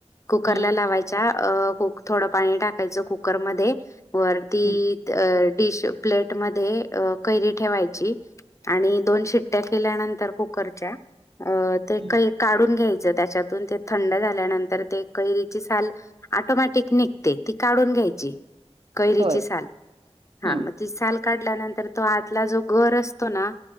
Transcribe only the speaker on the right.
हं,
हं,
हं.
होय.
हं.